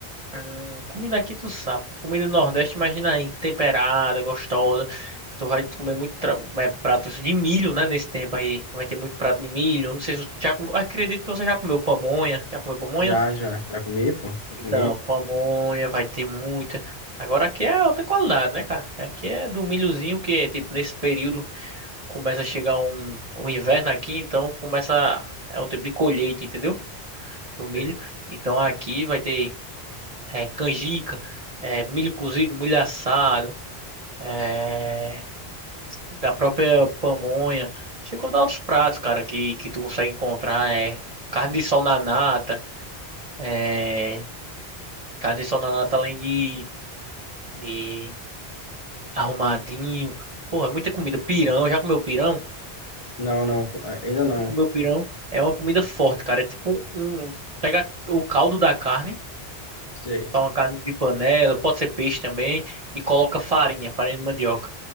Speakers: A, on the right (about 40°); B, on the left (about 40°).
A: hum, comida aqui tu sabe, pô. comida do Nordeste, imagina aí, temperada, gostosa. Tu vai comer muito tra- é, pratos de milho, né? Nesse tempo aí, vai ter muito prato de milho. Não sei se você já comeu, acredito que você já comeu pamonha. Já comeu pamonha?
B: Já, já. Já comi, pô. Já
A: Então,
B: Comi.
A: pamonha vai ter muita. Agora aqui é outra qualidade, né, cara? Aqui é do milhozinho que, tipo, nesse período começa a chegar um, um inverno aqui, então começa. É o tempo de colheita, entendeu? Do milho.
B: Sei.
A: Então aqui vai ter é, canjica, é, milho cozido, milho assado, é, da própria pamonha. Chegou a outros pratos, cara, que, que tu consegue encontrar. É, carne de sol na nata, é, carne de sol na nata além de. De Arrumadinho. Porra, é muita comida. Pirão, já comeu pirão?
B: Não, não, ainda não.
A: Nunca comeu pirão. É uma comida forte, cara. É tipo um. Pega o caldo da carne,
B: Sei, sei.
A: faz uma carne de panela, pode ser peixe também, e coloca farinha, farinha de mandioca.